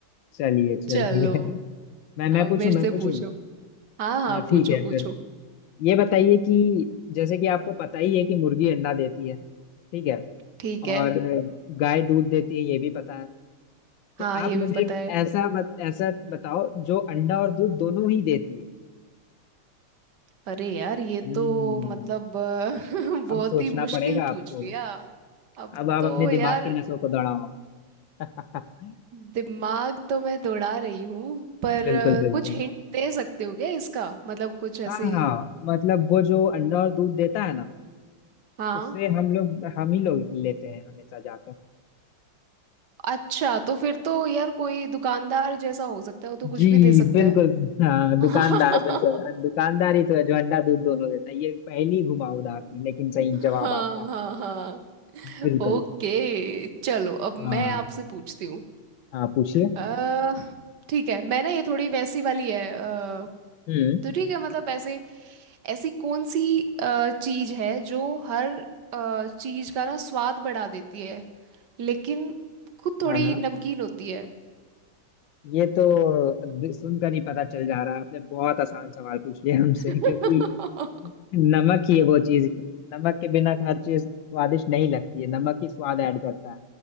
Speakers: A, on the left; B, on the right.
A: चलिए चलिए
B: चलो
A: मैं मैं
B: अब
A: पूछूं
B: मेरे
A: मैं
B: से
A: पूछूं
B: पूछो हाँ हाँ
A: हाँ ठीक
B: पूछो
A: है
B: पूछो
A: फिर ये बताइए कि जैसे कि आपको पता ही है कि मुर्गी अंडा देती है ठीक है
B: ठीक
A: और
B: है
A: गाय दूध देती है ये भी पता है तो
B: हाँ
A: आप
B: ये
A: मुझे
B: भी पता
A: एक
B: है
A: ऐसा बत, ऐसा बताओ जो अंडा और दूध दोनों ही देती है
B: अरे यार ये
A: हम्म
B: तो मतलब अ, <laughs>
A: अब
B: बहुत
A: सोचना
B: ही मुश्किल
A: पड़ेगा
B: पूछ
A: आपको
B: लिया अब
A: अब आप
B: तो
A: अपने दिमाग
B: यार
A: की नसों को दौड़ाओ <laughs>
B: दिमाग तो मैं दौड़ा रही हूँ पर
A: बिल्कुल
B: अ,
A: बिल्कुल
B: कुछ हिंट दे सकते हो क्या इसका मतलब कुछ ऐसे
A: हाँ हाँ मतलब वो जो अंडा और दूध देता है ना
B: हाँ
A: उससे हम लोग हम ही लोग लेते हैं हमेशा जाकर
B: अच्छा तो फिर तो यार कोई दुकानदार जैसा हो सकता है वो तो कुछ
A: जी
B: भी दे सकता
A: बिल्कुल
B: है
A: हाँ
B: <laughs>
A: दुकानदार बिल्कुल दुकानदार ही तो है जो अंडा दूध दोनों देता है ये पहली घुमावदार थी लेकिन सही
B: हाँ
A: जवाब आपका
B: हाँ हाँ
A: बिल्कुल
B: ओके चलो अब
A: हाँ
B: मैं आपसे पूछती हूँ
A: हाँ पूछिए
B: अ, ठीक है मैं ना ये थोड़ी वैसी वाली है अ,
A: हम्म
B: तो ठीक है मतलब ऐसे ऐसी कौन सी अ, चीज है जो हर अ, चीज का ना स्वाद बढ़ा देती है लेकिन खुद थोड़ी
A: हाँ हाँ
B: नमकीन होती है
A: ये तो सुनकर ही पता चल जा रहा है आपने बहुत आसान सवाल पूछ लिया हमसे
B: <laughs>
A: क्योंकि नमक ही है वो चीज की नमक के बिना हर चीज स्वादिष्ट नहीं लगती है नमक ही स्वाद ऐड करता है